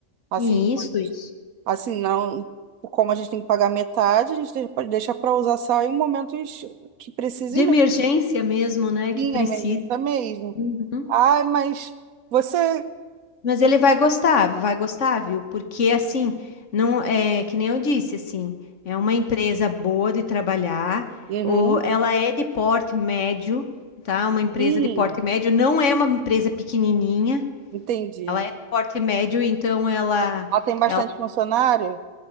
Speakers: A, on the right; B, on the left.
A: Assim,
B: Isso, isso.
A: assim, não. Como a gente tem que pagar metade, a gente de- pode deixar para usar só em momentos que precise
B: De
A: mesmo.
B: emergência mesmo, né, que
A: Sim,
B: precisa.
A: emergência mesmo.
B: Uhum.
A: Ai, mas você.
B: Mas ele vai gostar, vai gostar, viu? Porque assim, não é que nem eu disse, assim, é uma empresa boa de trabalhar,
A: Uhum.
B: ou ela é de porte médio, tá? Uma empresa
A: Sim,
B: de porte médio, não é uma empresa pequenininha,
A: entendi.
B: ela é de porte médio, então ela,
A: Ela tem bastante
B: ela
A: funcionário?